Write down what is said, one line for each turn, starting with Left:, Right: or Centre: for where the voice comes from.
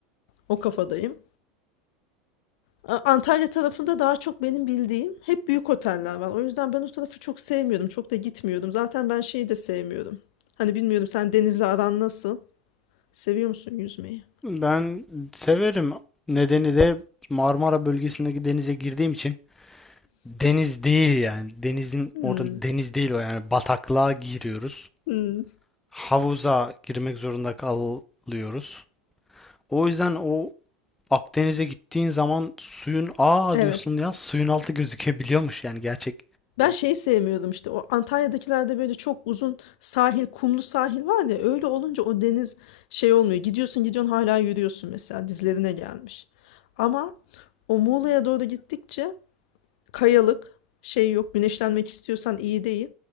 Left: O kafadayım. Antalya tarafında daha çok benim bildiğim hep büyük oteller var. O yüzden ben o tarafı çok sevmiyordum. Çok da gitmiyordum. Zaten ben şeyi de sevmiyorum. Hani bilmiyorum sen denizle aran nasıl? Seviyor musun yüzmeyi?
Centre: Ben severim. Nedeni de Marmara bölgesindeki denize girdiğim için Deniz değil yani. Denizin
Left: Hmm,
Centre: orada deniz değil o yani. Bataklığa giriyoruz.
Left: hmm,
Centre: Havuza girmek zorunda kalıyoruz. O yüzden o Akdeniz'e gittiğin zaman suyun aa
Left: Evet.
Centre: diyorsun ya suyun altı gözükebiliyormuş yani gerçek.
Left: Ben şeyi sevmiyordum işte o Antalya'dakilerde böyle çok uzun sahil, kumlu sahil var ya öyle olunca o deniz şey olmuyor. Gidiyorsun gidiyorsun hala yürüyorsun mesela dizlerine gelmiş. Ama o Muğla'ya doğru gittikçe kayalık şey yok güneşlenmek istiyorsan iyi değil.